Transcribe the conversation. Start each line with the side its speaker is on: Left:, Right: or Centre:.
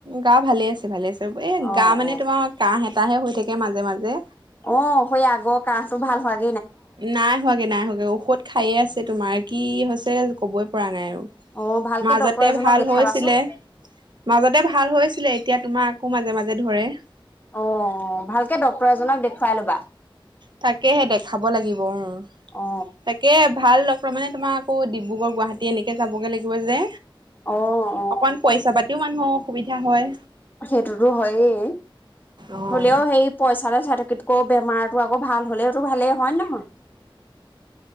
Right: গা ভালে আছে ভালে আছে। এ
Left: অ
Right: গা মানে
Left: অ
Right: তোমাৰ কাহ কাহে হৈ থাকে মাজে মাজে।
Left: অ' সেই আগৰ কাহটো ভাল হয়
Right: নাই হোৱাগে নাই হোৱাগে, ঔষধ খায়ে আছে তোমাৰ কি ছে ক'বই পৰা নাই আৰু।
Left: অ' ভালকে
Right: মাজতে
Left: ডক্তৰ এজনক
Right: ভাল
Left: দেখাবাচোন।
Right: হৈছিলে মাজতে ভাল হৈছিলে, এতিয়া তোমাৰ আকৌ মাজে মাজে ধৰে।
Left: অ' অ', ভালকে ডক্তৰ এজনক দেখুৱাই ল'বা।
Right: তাকেহে দেখাব লাগিব অ'।
Left: অ
Right: তাকে ভাল লগ প্ৰমাণে তোমাৰ আকৌ ডিব্ৰুগড় গুৱাহাটী এনেকৈ যাবগৈ লাগিব যে।
Left: অ অ অ
Right: অকন পইচা পাতিও মানে অ', অসুবিধা হয়।
Left: সেইটোতো হয়েই,
Right: অ',
Left: হ'লেও সেই পইচাতে চাই থকেতকৈ বেমাৰটো আকৌ ভাল হলেওতো ভালেই হয় নহয়,